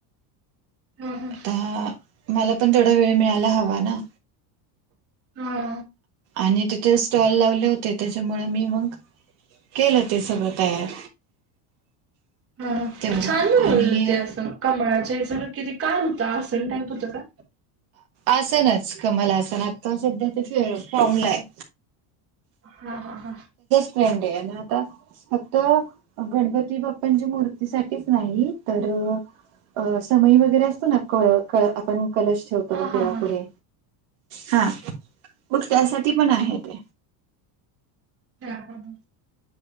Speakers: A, on the right; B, on the right.
A: हा हा
B: आता मला पण थोडा वेळ मिळायला हवा ना.
A: हा.
B: आणि तिथे स्टॉल लावले होते त्याच्यामुळे मी मग. केलं ते सगळं तयार.
A: हा छान
B: तेवढं
A: बनवलंत
B: आणि
A: ते असं. कामळाच्या सण किती काय होतता सण टाईप होत का?
B: असनच कमला अस ना आता सध्या ते फॉर्म ला आहे.
A: हा हा हा
B: वने डे फक्त गणपती बाप्पांची मूर्तीसाठीच नाही तर अ समय वगैरे असतो ना आपण कलश ठवतो
A: हा हा
B: बघ
A: हा
B: देवा
A: हा हा
B: पुुढे हा मग त्यासाठी पण आहे ते.
A: हा हा हा